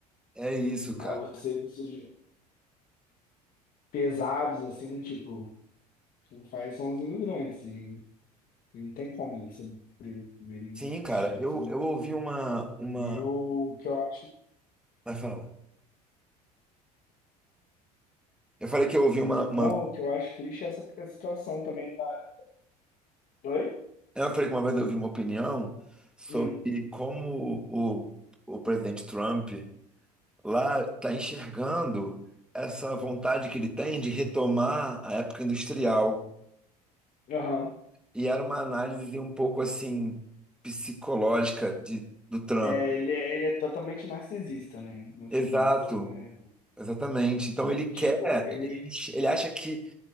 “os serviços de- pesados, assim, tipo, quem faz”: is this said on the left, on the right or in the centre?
Left